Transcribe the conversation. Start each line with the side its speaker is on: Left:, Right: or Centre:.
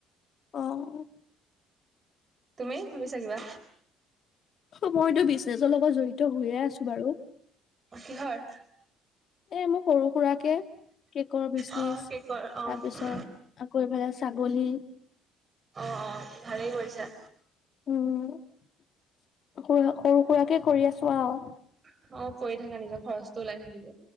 Left: অঁ ও'
Right: তুমি ভাবিছা কিবা?
Left: অ' মইতো বিজনেচৰ লগত জড়িত হৈয়ে আছো বাৰু।
Right: কিহৰ?
Left: এ মোক সৰু সুৰাকে কেকৰ বিজনেচ,
Right: অ কেকৰ
Left: তাৰপিছত,
Right: অ অ
Left: - আকৌ ইফালে ছাগলী-
Right: অঁ অঁ ভালেই কৰিছা।
Left: উম' সৰু সুৰাকে কৰি আছো আও।
Right: অ, কৰি থাকা, নিজৰ খৰচটো ওলাই থাকিব।